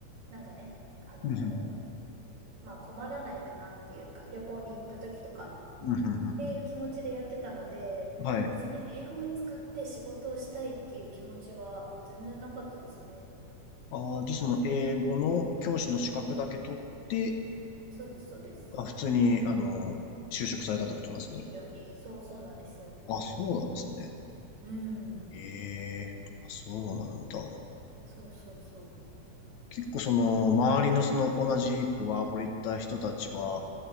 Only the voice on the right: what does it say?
なんかね、あの、
まあ困らないかなっていうか、旅行に行った時とか、
っていう気持ちでやってたので、
別に英語を使って仕事をしたいっていう気持ちは全然なかったですね。
うんうん。そうです、そうです。
い、
一般企業に。そうそうなんですよ。
うん。
そうそうそう。